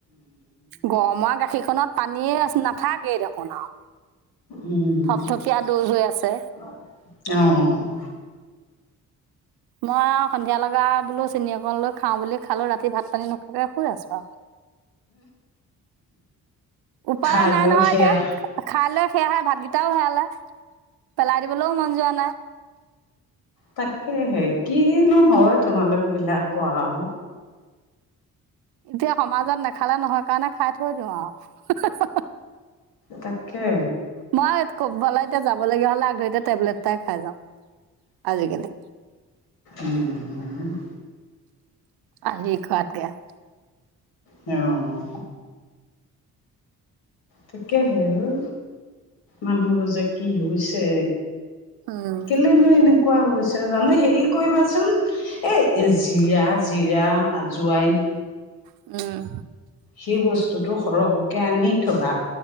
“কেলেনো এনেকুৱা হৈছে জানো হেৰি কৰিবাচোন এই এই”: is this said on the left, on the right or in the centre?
Left